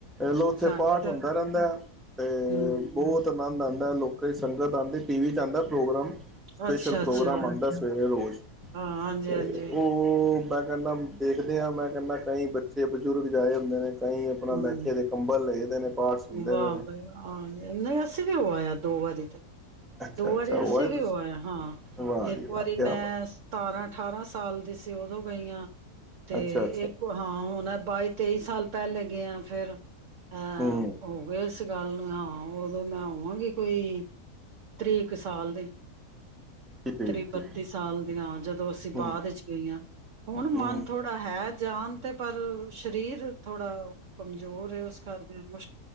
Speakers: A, in the centre; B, on the right.
A: ਇਹ ਲੋ ਉੱਥੇ
B: ਸਾਡੇ
A: ਪਾਠ
B: ਤਾਂ
A: ਹੁੰਦਾ ਰਹਿੰਦਾ ਹੈ ਤੇ
B: ਹਮ
A: ਬਹੁਤ ਆਨੰਦ ਆਉਂਦਾ ਹੈ ਲੋਕ ਕਈ ਸੰਗਤ ਆਉਂਦੀ ਟੀ ਵੀ 'ਚ ਆਉਂਦਾ ਪ੍ਰੋਗਰਾਮ ਸਪੈਸ਼ਲ
B: ਅੱਛਾ ਅੱਛਾ
A: ਪ੍ਰੋਗਰਾਮ ਆਉਂਦਾ ਸਵੇਰੇ ਰੋਜ਼
B: ਹਾਂ ਹਾਂਜੀ
A: ਤੇ
B: ਹਾਂਜੀ
A: ਉਹ ਮੈਂ ਕਹਿੰਦਾ ਦੇਖਦੇ ਹਾਂ ਮੈਂ ਕਹਿੰਦਾ ਕਈ ਬੱਚੇ ਬਜ਼ੁਰਗ ਜਾ ਆਏ ਹੁੰਦੇ ਨੇ ਕਈ ਆਪਣਾ
B: ਹਮ
A: ਬੈਠੇ ਦੇ ਕੰਬਲ ਲਏ ਦੇ ਨੇ ਪਾਠ ਸੁਣਦੇ
B: ਵਾਹ
A: ਪਏ ਨੇ
B: ਭਾਈ ਵਾਹ ਅਸੀਂ ਵੀ ਉਹ ਆਏ ਹਾਂ ਦੋ ਵਾਰੀ ਤੇ
A: ਅੱਛਾ
B: ਦੋ
A: ਅੱਛਾ
B: ਵਾਰੀ ਅਸੀਂ ਵੀ
A: ਤੁਸੀਂ
B: ਹੋ ਆਏ ਹਾਂ
A: ਵਾਹ
B: ਇੱਕ
A: ਜੀ
B: ਵਾਰੀ
A: ਵਾਹ ਕਿਆ
B: ਮੈਂ
A: ਬਾਤ
B: ਸਤਾਰਾਂ ਅਠਾਰਾਂ ਸਾਲ ਦੀ ਸੀ ਉਹ ਦੋ ਗਈਆਂ ਤੇ
A: ਅੱਛਾ ਅੱਛਾ
B: ਇੱਕ ਹਾਂ ਹੁਣ ਬਾਈ ਤੇਈ ਸਾਲ ਪਹਿਲੇ ਗਏ ਆ ਫ਼ਿਰ ਹਾਂ
A: ਹੂੰ
B: ਹੋ ਗਏ ਇਸ ਗੱਲ ਨੂੰ ਹਾਂ ਉਦੋਂ ਮੈਂ ਹੋਵਾਂਗੀ ਕੋਈ ਤਰੀਕ ਇੱਕ ਸਾਲ ਦੇ
A: ਠੀਕ
B: ਤੀਹ
A: ਠੀਕ
B: ਬੱਤੀ ਸਾਲ ਦੀਆਂ ਜਦੋਂ ਅਸੀਂ
A: ਹੂੰ
B: ਬਾਅਦ ਵਿੱਚ ਗਈਆਂ ਹੁਣ ਮਨ
A: ਹੂੰ
B: ਥੋੜਾ ਹੈ ਜਾਣ ਤੇ ਪਰ ਸਰੀਰ ਥੋੜਾ ਕਮਜ਼ੋਰ ਹੈ ਉਸ ਕਰ ਕੇ ਮੁਸ਼ਕ